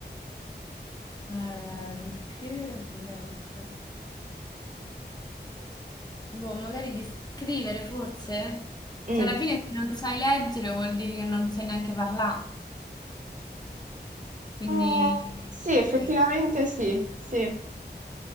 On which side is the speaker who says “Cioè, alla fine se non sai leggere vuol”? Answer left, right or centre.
Left